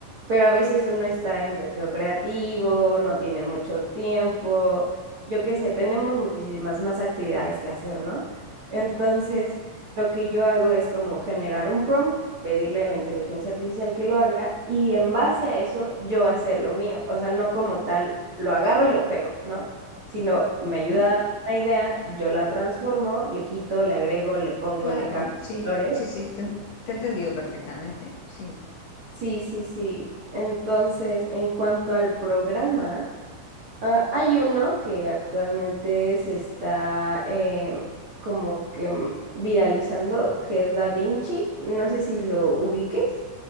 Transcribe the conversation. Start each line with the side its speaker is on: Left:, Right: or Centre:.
Right: Pero a veces uno
Left: Ya.
Right: está en bloqueo creativo, no tiene mucho tiempo, yo qué sé, tenemos muchísimas más actividades que hacer, ¿no? Entonces, lo que yo hago es como generar un prompt, pedirle a la inteligencia artificial que lo haga y en base a eso yo hacer lo mío, o sea, no como tal, lo agarro y lo pego, ¿no? sino me
Left: Ujú,
Right: ayuda
Left: ujú.
Right: a dar una idea, yo la transformo, le quito, le agrego, le pongo,
Left: Claro,
Right: le cambio
Left: sí,
Right: colores.
Left: sí, sí, te, te he entendido perfectamente, sí.
Right: Sí, sí, sí. Entonces, en cuanto al programa, ah, hay uno que actualmente se está em, como que mm, viralizando, que es Da Vinci. No sé si lo ubiques.